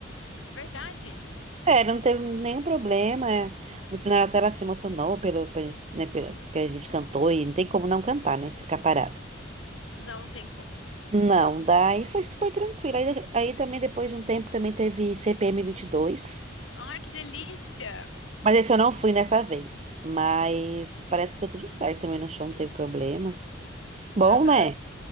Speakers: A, on the left (about 80°); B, on the right (about 35°).
A: Verdade.
B: Sério, não teve nenhum problema. é. No final até ela se emocionou pelo, pelo, né, pelo- porque a gente cantou e não tem como não cantar, né? Se ficar parado.
A: Não tem como.
B: Não, daí foi super tranquilo. Aí, aí também depois de um tempo também teve CPM dois,
A: Ai, que delícia.
B: Mas esse eu não fui nessa vez. Mas parece que tá tudo certo também no show, não teve problemas. Bom,
A: Aham.
B: né?